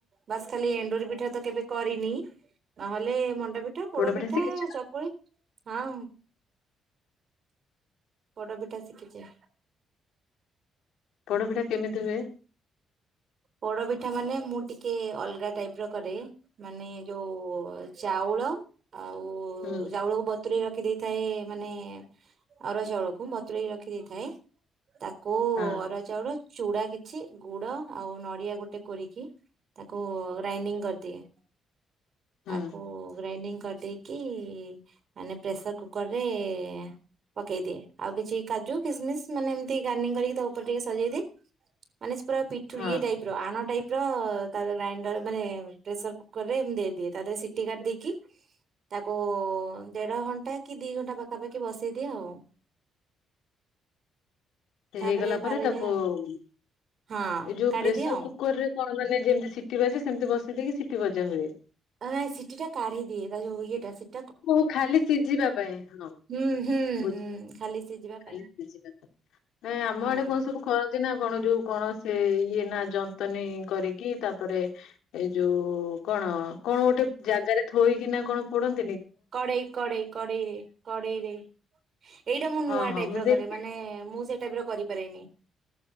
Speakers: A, on the right (about 55°); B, on the left (about 80°).
A: ବାସ୍ ଖାଲି ଏଣ୍ଡୁରି ପିଠା ତ କେବେ କରିନି ନହେଲେ ମ ଡା ପିଠା
B: ପୋଡ
A: ପୋଡ଼ପିଠା
B: ଶିଖିଛ
A: ଚକୁଳି ହଁ। ପୋଡପିଠା ଶିଖିଚି।
B: ପୋଡ ପିଠା କେମିତି ହୁଏ
A: ପୋଡପିଠା ମାନେ ମୁଁ ଟିକେ ଅଲଗା ଟାଇପର କରେ ମାନେ ଯୋଉ ଚାଉଳ ଆଉ
B: ହୁଁ
A: ଚାଉଳକୁ ବତୁରେଇ ରଖି ଇ ଦେଇଥାଏ ମାନେ ଅରୁଆ ଚାଉଳକୁ ବତୁରେଇ ରଖି ଦେଇଥାଏ। ତାକୁ
B: ହଁ
A: ଅରୁଆ ଚାଉଳ ଚୁଡ଼ା କିଛି ଗୁଡ଼ ଆଉ ନଡ଼ିଆ ଗୋଟେ କୋରିକି ତାକୁ ଗ୍ରାଇଣ୍ଡିଙ୍ଗ କରିଦିଏ।
B: ହୁଁ
A: ତାକୁ ଗ୍ରାଇଣ୍ଡିଙ୍ଗ କରିଦେଇକି ଇ ମାନେ ପ୍ରେସର କୁକର୍ ରେ ଏ ପକେଇଦିଏ, ଆଉ କିଛି କାଜୁ, କିସମିସ୍ ମାନେ ଏମିତି ଗାର୍ନୀଙ୍ଗ କରିକି ତା ଉପରେ ଟିକେ ସଜେଇଦିଏ ମାନେ ସେ ପୁରା ତୁ
B: ହଁ
A: ଇଏ ଟାଇପ୍ ର ଆଣ ଟାଇପ୍ <unintelligible> ଗ୍ରାଇଣ୍ଡର ମାନେ ପ୍ରେସର କୁକରରେ ଏମିତି ଦେଇଦିଏ ତା ଦେହରେ ସିଟି କାଢି ଦେଇକି ତାକୁ ଦେଢ ଘଣ୍ଟା କି ଦି ଘଣ୍ଟା ପାଖାପାଖି ବସେଇ ଦିଏ ଆଉ।
B: ହେଇଗଲା
A: ତାପରେ
B: ପରେ
A: ଭାର
B: ତାକୁ
A: ହେଇଯାଏ ଆଉ
B: ଏ
A: ହଁ
B: ଯୋଉ
A: କାଢିଦିଏ
B: ପ୍ରେସର
A: ଆଉ।
B: କୁକର ରେ କଣ ମାନେ ଯେମିତି ସିଟି ବାଜେ ସେମିତି ବସେଇ ଦେଇକି ସିଟି ବଜା ହୁଏ।
A: ଆ ନାଇଁ ସିଟି ଟା କାଢି ଦିଏ ତା ଯଉ ଇଏଟା ସିଟ୍
B: ହ ଖାଲି ସିଝିବା ପାଇଁ ହଁ
A: ହୁଁ ହୁଁ
B: ବୁଝ୍
A: ହୁଁ ଖାଲି ସିଝିବା
B: ଖାଲି
A: ପାଇଁ।
B: ସିଝିବା ପାଇଁ ନାଇ ଆମ
A: ହୁଁ।
B: ଆଡେ କଣ ସବୁ କରନ୍ତି ନା କଣ ଯୋଉ କଣ ସେ ଏ ଇଏ ନା ଯନ୍ତନୀ କରିକି ତାପରେ ଏ ଯୋ ଓ କଣ ଅ କଣ ଗୋଟେ ଜାଗାରେ ଥୋଇକିନା କଣ ପୋଡନ୍
A: କଡେଇ କଡେଇ କଡେଇରେ କଡେଇରେ ଏଇଟା ମୁଁ ନୂଆ
B: ହଁ ହଁ
A: ଟାଇପ୍
B: ମୁଁ
A: ର
B: ଦେଖି
A: କରେ ମାନେ ଏ ମୁଁ ସେ ଟାଇପ୍ ର କରିପାରେନି।